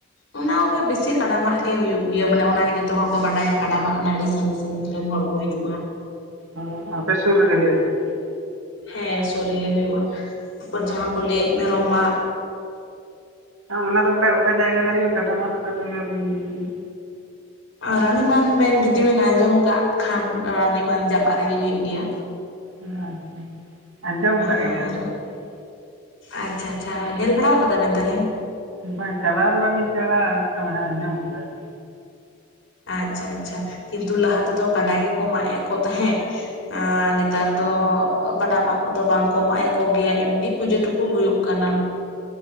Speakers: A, on the left; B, on the right.
A: ᱚᱱᱟ ᱠᱚᱜᱮ ᱵᱮᱥᱤ ᱠᱟᱰᱟᱢᱟᱜ ᱜᱮ ᱦᱩᱭᱩᱜ ᱜᱮᱭᱟ ᱢᱟᱱᱮ ᱚᱱᱟᱜᱮ ᱡᱚᱛᱚ ᱦᱚᱲ ᱠᱚ ᱵᱟᱰᱟᱭᱟ ᱠᱟᱰᱟᱢᱟᱜ ᱟᱹᱰᱤ ᱥᱟᱺᱜᱤᱧ ᱥᱟᱤ ᱨᱮᱱ ᱦᱚᱲ᱾ ᱠᱚ ᱦᱤᱡᱩᱜᱼᱟ᱾
B: ᱚ ᱟᱯᱮ ᱥᱩᱨ ᱨᱮᱜᱮ ᱦᱩᱭᱩᱜᱼᱟ ᱪᱮᱫ?
A: ᱦᱮᱸ ᱥᱩᱨ ᱨᱮᱜᱮ ᱦᱩᱭᱩᱜᱼᱟ ᱛᱟᱯᱚᱨ ᱡᱟᱦᱟᱸ ᱠᱚ ᱞᱟᱹᱭᱮᱫ ᱢᱮᱨᱚᱢᱟᱜ᱾
B: ᱚᱱᱟ ᱫᱚ ᱚᱠᱟ ᱚᱠᱟ ᱡᱟᱭᱜᱟ ᱨᱮ ᱦᱩᱭᱩᱜᱼᱟ ᱠᱟᱰᱟ ᱢᱟ ᱫᱚ ᱚᱠᱟᱨᱮ ᱦᱩᱭᱩᱜ <unintelligible>
A: ᱨᱟᱱᱤ ᱵᱟᱸᱫ ᱵᱮᱱ ᱡᱩᱫᱤ ᱵᱮᱱ ᱟᱸᱡᱚᱢ ᱠᱟᱜ ᱠᱷᱟᱱ ᱨᱟᱱᱤᱢᱸᱫᱷ ᱡᱟᱯᱟᱜ ᱨᱮᱜᱮ ᱦᱩᱭᱩᱜ ᱜᱮᱭᱟ᱾
B: ᱟᱪᱪᱷᱟ᱾ ᱟᱸᱡᱚᱢ ᱠᱟᱜ
A: ᱟᱨ
B: ᱜᱮᱭᱟᱞᱤᱧ ᱠᱟᱹᱴᱤᱡ,
A: ᱟᱪᱪᱷᱟ ᱟᱪᱪᱷᱟ ᱧᱮᱞ ᱵᱟᱲᱟ ᱟᱠᱟᱫᱟ ᱵᱮᱱ ᱛᱟᱦᱚᱞᱮ?
B: ᱵᱟᱝ ᱪᱞᱟᱣ ᱫᱚ ᱵᱟᱞᱤᱧ ᱪᱲᱟᱜ ᱠᱟᱱᱟ ᱟᱡᱚᱢ ᱠᱟᱫᱟ ᱞᱤᱧ᱾
A: ᱟᱪᱪᱷᱟ ᱟᱪᱪᱷᱟ ᱠᱤᱱᱛᱩ ᱞᱟᱦᱟ ᱛᱮᱫᱚ ᱠᱟᱰᱟ ᱜᱮᱠᱚ ᱢᱟᱜ ᱮᱫ ᱠᱚ ᱛᱟᱦᱮᱸᱫ᱾ ᱱᱮᱛᱟᱨ ᱫᱚ ᱠᱟᱰᱟ ᱢᱟᱜ ᱠᱚᱫᱚ ᱵᱟᱝ ᱠᱚ ᱢᱟᱜᱮᱫ ᱠᱚᱜᱮᱭᱟ ᱮᱢᱱᱤ ᱯᱩᱡᱟᱹ ᱴᱩᱠᱩ ᱦᱩᱭᱩᱜ ᱠᱟᱱᱟ᱾